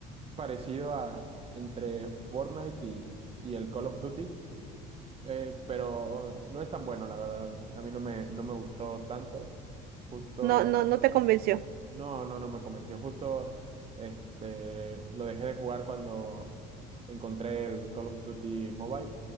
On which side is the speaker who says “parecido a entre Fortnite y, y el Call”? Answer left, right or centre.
Right